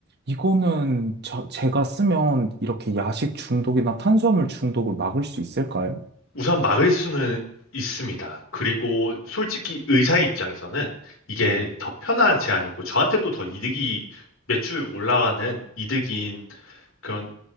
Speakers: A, on the right; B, on the left.
A: 이거는 저, 제가 쓰면 이렇게 야식 중독이나 탄수화물 중독을 막을 수 있을까요?
B: 우선 막을 수는 있습니다. 그리고 솔직히 의사의 입장에서는 이게
A: 네,
B: 더 편한 제안이고 저한테도 더 이득이 매출 올라가는 이득인 그런